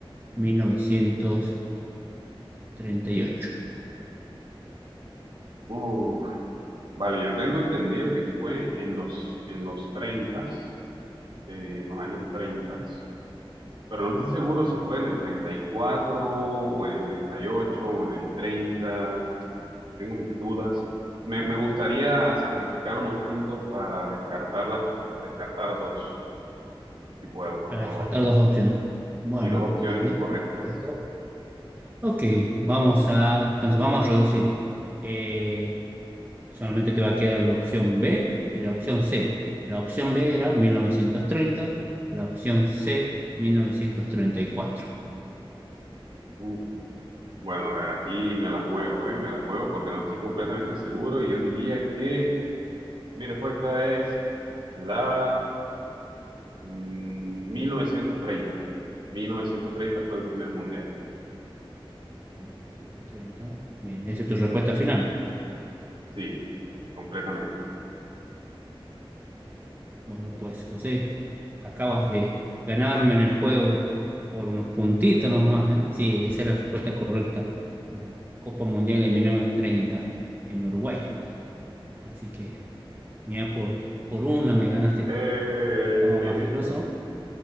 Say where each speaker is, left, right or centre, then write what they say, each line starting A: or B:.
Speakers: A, on the right; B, on the right.
A: mil novecientos treinta y ocho
B: uy. Vale, yo tengo entendido que fue en los, en los 30, en los años 30, pero no estoy seguro si fue en el 34 o en el 38 o en el 30. tengo mis dudas. Me, me gustaría sacrificar unos puntos para descartar las que, descartar dos, si puedo, por
A: Para
B: favor.
A: descartar dos opciones. Bueno,
B: Y dos opciones
A: dale.
B: incorrectas.
A: Perfecto. Ok, vamos a, entonces vamos a reducir. Eh, solamente te va a quedar la opción B y la opción C. La opción B era mil novecientos treinta la opción C 1934.
B: Uh, bueno, a ver, aquí me las juego, ¿eh? Me las juego porque no estoy completamente seguro y yo diría que, mire, pues esta es la... Mm, 1930. 1930 fue el primer mundial.
A: 1930, bien, esa es tu respuesta final.
B: Sí, completamente.
A: Eh, bueno, pues José, acabas de ganarme en el juego por unos puntitos nomás, ¿eh? Sí, esa es la respuesta correcta. La Copa Mundial de 1930 en Uruguay. Así que, mira, por, por una me ganaste,
B: Eh,
A: si estaba
B: <laughs>
A: más filoso.